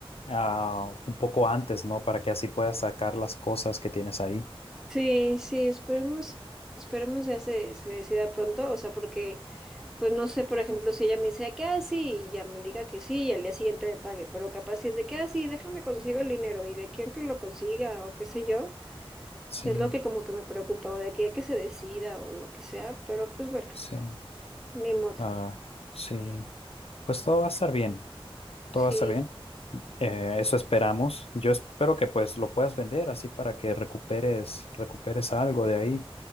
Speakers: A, on the left; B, in the centre.
A: ah, un poco antes, ¿no? Para que así puedas sacar las cosas que tienes ahí.
B: Sí, sí, esperemos, esperemos ya se, se decida pronto, o sea, porque, pues no sé, por ejemplo, si ella me dice que ah, sí, y ya me diga que sí, y al día siguiente me pague, pero capaz si es de que ah, sí, déjame consigo el dinero, y de quién que lo consiga, o qué sé yo.
A: Sí,
B: Es lo que como que me preocupaba de aquí a que se decida o lo que sea, pero pues bueno,
A: sí,
B: ni modo.
A: ah, sí. Pues todo va a estar bien, todo
B: Sí,
A: va a estar bien. Eh, eso esperamos. Yo espero que pues lo puedas vender así para que recuperes, recuperes algo de ahí.